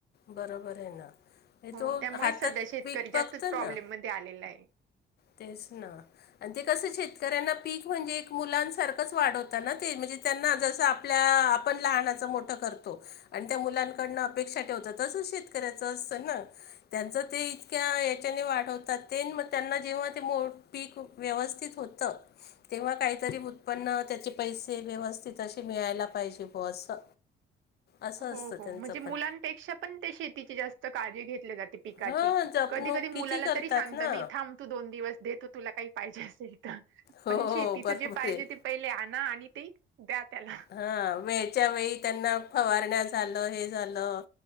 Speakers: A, on the left; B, on the right.
A: बरोबर आहे ना. हे
B: हो
A: तो
B: त्यामुळेच
A: हातात
B: सध्या शेतकरी
A: पीक पघतं
B: जास्तच प्रॉब्लेम
A: ना
B: मध्ये आलेला आहे
A: तेच ना. आणि ते कसं शेतकऱ्यांना पीक म्हणजे एक मुलांसारखंच वाढवता ना ते म्हणजे त्यांना जसं आपल्या आपण लहानाचा मोठं करतो आणि त्या मुलांकडनं अपेक्षा ठेवतं तसच शेतकऱ्याच असतं ना. त्यांच ते इतक्या हेच्याने वाढवतात ते, म त्यांना जेव्हा ते मो पीक व्यवस्थित होतं. तेव्हा काहीतरी उत्पन्न त्याचे, पैसे व्यवस्थित असे मिळायला पाहिजे बुवा असं. असं
B: हो
A: असतं
B: हो
A: त्यांचं
B: म्हणजे मुलांपेक्षा
A: पण
B: पण ते शेतीची जास्त काळजी घेतलं जाते. पिकाची
A: हां जपणूक
B: कधी-कधी
A: किती
B: मुलाला
A: करतात
B: तरी सांगता
A: ना
B: नाही थांब तो दोन दिवस देतो तुला काही पाहिजे असेल. तर
A: हो
B: पण
A: हो
B: शेतीच
A: बरोबर
B: जे पाहिजे
A: आहे
B: ते, पहिले आणा आणि ते ही द्या त्याला.
A: हा म हेच्या वेळी त्यांना फवारण्या झालं हे झालं